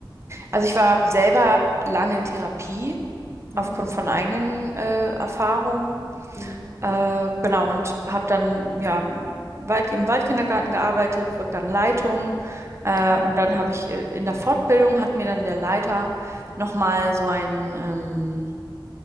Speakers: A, on the right (about 35°); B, on the left (about 60°).
A: also ich war selber lange in Therapie
B: Mhm.
A: aufgrund von eigenen äh, Erfahrungen.
B: Mhm.
A: Äh, genau, und habe dann ja weit, im Waldkindergarten gearbeitet, wurde dann Leitung. Äh,
B: Ja.
A: und dann habe ich äh, in der Fortbildung hat mir dann der Leiter nochmal so ein ähm,